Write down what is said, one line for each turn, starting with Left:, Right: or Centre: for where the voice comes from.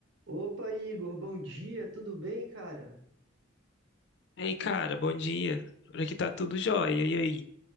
Right: Opa, Igor, bom dia, tudo bem, cara?
Left: Ei, cara, bom dia. Por aqui tá tudo jóia. E aí?